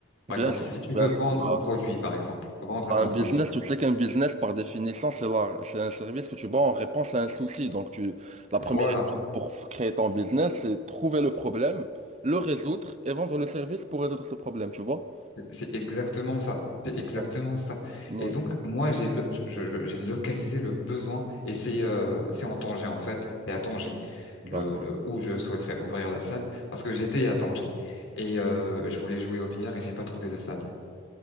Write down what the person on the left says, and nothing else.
Par
exemple,
si tu
veux vendre
un produit, par exemple, vendre
un
produit.
Voilà.
C'est exactement ça. C'est exactement
ça.
Et donc, moi, j'ai lo- je- je- j'ai localisé le besoin et c'est euh, c'est en Tanger, en fait. C'est à Tanger
le, le- où je souhaiterais ouvrir la salle parce que j'étais à Tanger et euh, je voulais jouer au billard et j'ai pas trouvé de salle.